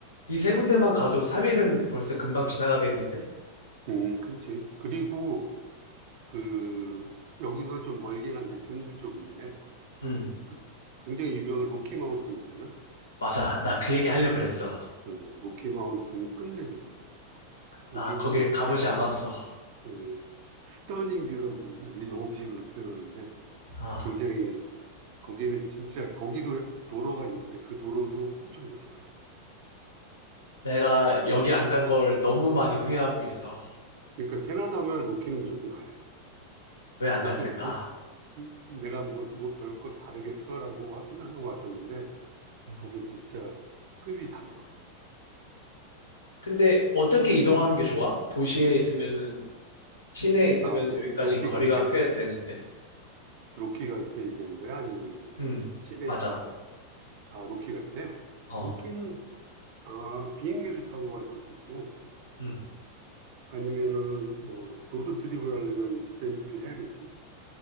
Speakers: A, on the left; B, on the right.
A: 이 세 군데만 가도 3일은 벌써 금방 지나가겠는데?
B: 음, 그렇지. 그리고 그 여기서 좀 멀긴 한데 중부 쪽인데
A: 음,
B: 그 굉장히 유명한 로키 마운틴 있잖아.
A: 맞아. 나 그 얘기 하려고 그랬어.
B: 그 로키 마운틴은 끝내죠. 거기는
A: 나 거길
B: 진짜
A: 가보지 않았어.
B: 그 스터닝 뷰라고 여기 영업식으로 표현하는데
A: 아,
B: 굉장히 거기는 진짜 거기도 도로가 있는데 그 도로도 엄청 멋있어.
A: 내가 여기 안 간 걸 너무 많이 후회하고 있어.
B: 그러니까 캐나다면 로키는 무조건 가야 돼.
A: 왜 안
B: 나도
A: 갔을까?
B: 뭐 내가 뭐, 뭐 별거 다르겠어라고 생각하고 왔었는데
A: 음.
B: 거긴 진짜 급이 달라.
A: 근데 어떻게 이동하는 게 좋아? 도시에 있으면은 시내에 있으면
B: 아, 로-
A: 여기까지는
B: 로키
A: 거리가
B: 갈 때?
A: 꽤 되는데.
B: 로키 갈 때 얘기하는 거야? 아니면은
A: 음,
B: 시내에서
A: 맞아.
B: 아 로키 갈 때?
A: 어,
B: 로키는 아, 비행기를 타고 갈 수도 있고,
A: 음.
B: 아니면은 뭐, 로드트립을 하려면 렌트를 해야겠지?